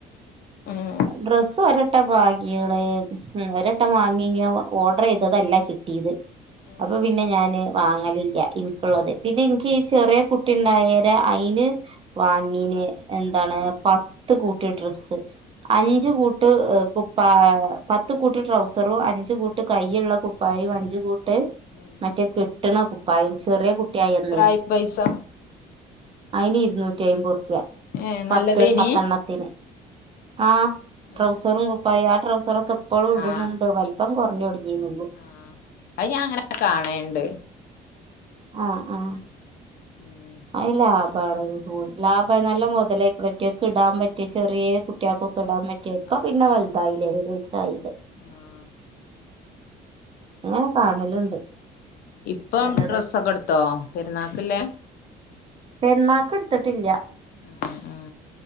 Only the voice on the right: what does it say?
ഡ്രസ്സ് ഒരട്ടംവാങ്ങീണ് ഒരട്ടംവാങ്ങി ഞി ഓർഡർ ചെയ് ത്തതല്ല കിട്ടീത്
അപ്പൊ പിന്നെ ഞാന്. വാങ്ങലില്ല ഇൻക്ക്ള്ളത് പിന്നെ ഇൻക്ക് ഈ ചെറിയ കുട്ടി ഉണ്ടായേരെ അയ്ന് വാങ്ങീന് എന്താണ് പത്ത് കൂട്ട് ഡ്രസ്സ്. അഞ്ച്
കൂട്ട് കുപ്പാ പത്ത് കൂട്ട് ട്രൗസറും അഞ്ചു കൂട്ട് കൈയുള്ള കുപ്പാ പ്പായും അഞ്ച് കൂട്ട് ട്ട്
മറ്റേ കെട്ട്ണ കുപ്പായും ചെറ്യേ കുട്ട്യായന്ന്
അയ്ന് ഇര്ന്നൂറ്റയ്മ്പ് റുപ്യ
പത്ത്
പത്തെണ്ണത്തിന്. ആ ട്രൗസറും
കുപ്പായും ആ ട്രൗസറൊക്കെ ഇപ്പളും ഇട്ണ്
ണ്ട് വൽപ്പം കൊർഞ്ഞോട്ങി. ഞ്ഞി മുകും
ആഹ് ആഹ്.
അയ് ലാഭണന്ന് തൊന്ന് ലാഭ നല്ല മുതലയ് റ്റിയക്കെ ഇടാൻ പറ്റ മറ്റേ ചെറിയ കുട്ടികൾക്കൊക്കെ ഇടാൻ പറ്റിയ ഇപ്പ
പിന്നെ
വലുതായില്ലേ ഒരു വയസായില്ലേ
അങ്ങനെ കാണലുണ്ട്
നല്ല
പെര്ന്നാക്ക്ട്ത്ത്ട്ട് ഇല്യ